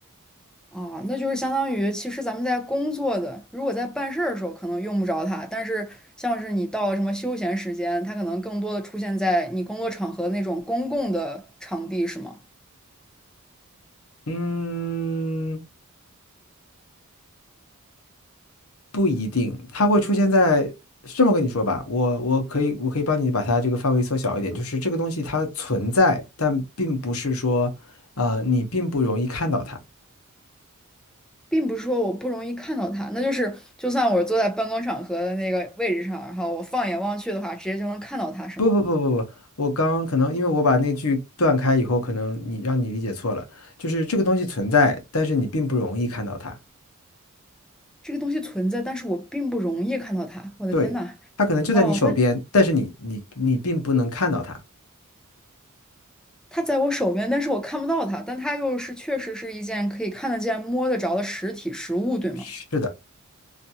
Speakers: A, in the centre; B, on the left.
A: 啊，那就是相当于，其实咱们在工作的，如果在办事儿的时候可能用不着它，但是像是你到了什么休闲时间，它可能更多的出现在你工作场合那种公共的场地，是吗？
B: 嗯，不一定，它会出现在，是这么跟你说吧，我我可以我可以帮你把它这个范围缩小一点，就是这个东西它存在，但并不是说，呃，你并不容易看到它。
A: 并不是说我不容易看到它，那就是就算我坐在办公场合的那个位置上，然后我放眼望去的话，直接就能看到它，是吗？
B: 不不不不不，我刚刚可能因为我把那句断开以后，可能你让你理解错了，就是这个东西存在，但是你并不容易看到它。
A: 这个东西存在，但是我并不容易看到它。我的天呐！
B: 对，它可能就在你手边，
A: 哦，那
B: 但是你你你并不能看到它。
A: 它在我手边，但是我看不到它，但它又是确实是一件可以看得见、摸得着的实体实物，对吗？
B: 是的，